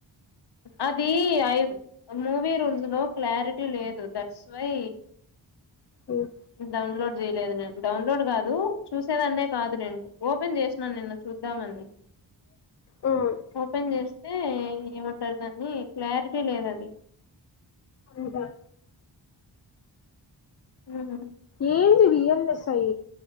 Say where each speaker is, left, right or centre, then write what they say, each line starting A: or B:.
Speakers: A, on the left (about 55°); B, on the left (about 35°).
A: అదీ, ఐ మూవీ రూల్స్ లో క్లారిటీ లేదు, దట్స్ వై
B: మ్మ్
A: డౌన్లోడ్ చేయలేదు, నేను డౌన్లోడ్ కాదు. చూసేదాన్నే కాదు నేను, ఓపెన్ చేసిన నిన్న. చూద్దామంది,
B: మ్మ్
A: ఓపెన్ చేస్తే ఏమన్ తేలుద్దాం. నీ క్లారిటీ లేదు అది.
B: మ్మ్
A: ఉమ్ హు.
B: ఏంటిది? ఎందస్సల్?